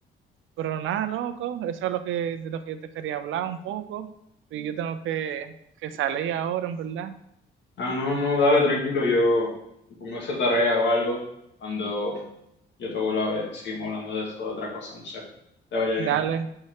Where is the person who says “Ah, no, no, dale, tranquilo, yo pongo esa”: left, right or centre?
Left